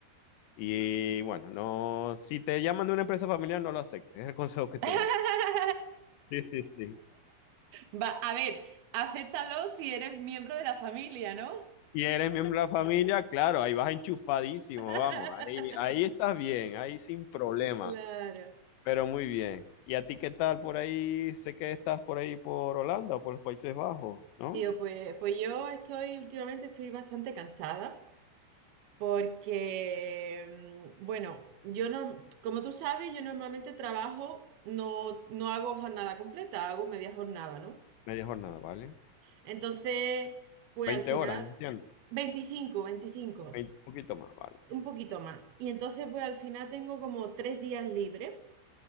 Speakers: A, on the left; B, on the right.
A: Y bueno, no, si te llaman de una empresa familiar, no lo aceptes, es el consejo que te
B: <laughs>
A: doy. Sí, sí, sí.
B: Va, a ver, acéptalo si eres miembro de la familia, ¿no?
A: Y eres miembro de la familia, claro, ahí vas enchufadísimo,
B: <laughs>
A: vamos, ahí, ahí estás bien, ahí sin problema.
B: Claro.
A: Pero muy bien. ¿Y a ti qué tal por ahí? Sé que estás por ahí por Holanda o por los Países Bajos, ¿no?
B: Tío, pues, pues yo estoy, últimamente estoy bastante cansada porque, mm, bueno, yo no, como tú sabes, yo normalmente trabajo, no, no hago jornada completa, hago media jornada, ¿no?
A: Media jornada, ¿vale?
B: Entonces, pues
A: 20
B: al final,
A: horas, entiendo.
B: 25 25
A: Vein- Un poquito más, ¿vale?
B: un poquito más. Y entonces, pues al final tengo como tres días libres,